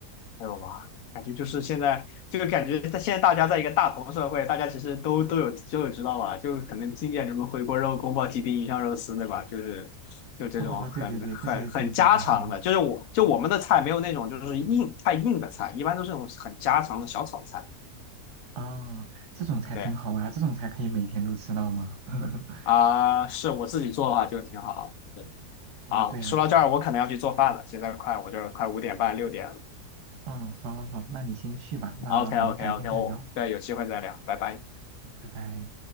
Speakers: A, on the left; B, on the right.
A: 没有吧？感觉就是现在，就感觉现在大家在一个大同社会，大家其实都都有都有知道吧？就可能经典什么回锅肉、宫保鸡丁、鱼香肉丝，对吧？就是就这种很很很家常的，
B: 哦，对对对，这些都知道。<laughs>
A: 就是我就我们的菜没有那种就是硬太硬的菜，一般都是那种很家常的小炒菜。
B: 啊，这种才挺好呀，
A: 对
B: 这种才可以每天都吃到吗？<laughs>
A: 啊，是我自己做的话就挺好。对
B: 啊，
A: 啊，
B: 对呀对呀。
A: 说到这儿，我可能要去做饭了，现在快我这儿快五点半六点了。
B: 嗯，好好好，那你先去吧，那我们改天再聊。
A: OK OK OK，我对有机会再聊，拜拜。
B: 好拜拜。